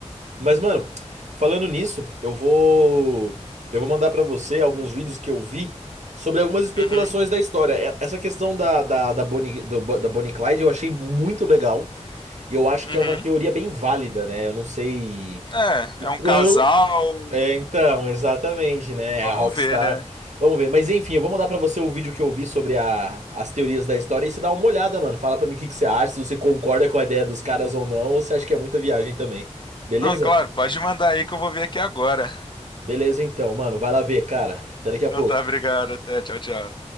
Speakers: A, on the right; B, on the left.
A: Mas, mano, falando nisso, eu vou eu vou mandar pra você alguns vídeos que eu vi sobre algumas especulações
B: Uhum,
A: da história. É- Essa questão da, da, da Bonnie, do- da Bonnie e Clyde eu achei muito legal e eu acho
B: uhum.
A: que é uma teoria bem válida, né? Eu não sei
B: É,
A: o
B: é
A: quão
B: um casal.
A: é, então, exatamente, né? É
B: Vamos
A: A Rockstar.
B: ver, né?
A: Vamos ver. Mas enfim, eu vou mandar pra você o vídeo que eu vi sobre a- as teorias da história e você dá uma olhada, mano. Fala pra mim o que que você acha, se você concorda com a ideia dos caras ou não, ou se acha que é muita viagem também. Beleza?
B: Não, claro, pode mandar aí que eu vou ver aqui agora.
A: Beleza, então, mano. Vai lá ver, cara. Até daqui a
B: Então
A: pouco.
B: tá, obrigado. Até, tchau, tchau.